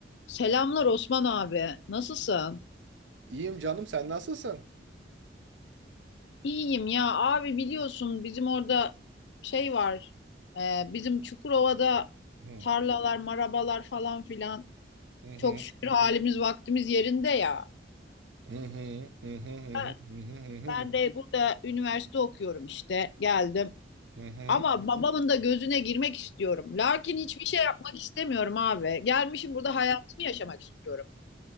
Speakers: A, on the left (about 70°); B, on the right (about 80°).
A: Selamlar Osman abi. Nasılsın?
B: İyiyim canım sen nasılsın?
A: İyiyim ya abi biliyorsun bizim orada şey var. e, bizim Çukurova'da
B: Hı
A: tarlalar, marabalar falan filan.
B: hı hı
A: Çok şükür halimiz vaktimiz yerinde ya.
B: hı hı hı hı
A: Ha,
B: hı
A: Ben de burada üniversite okuyorum işte. Geldim.
B: hı hı
A: Ama
B: hı.
A: babamın da gözüne girmek istiyorum. Lakin hiçbir şey yapmak istemiyorum abi. Gelmişim burada hayatımı yaşamak istiyorum.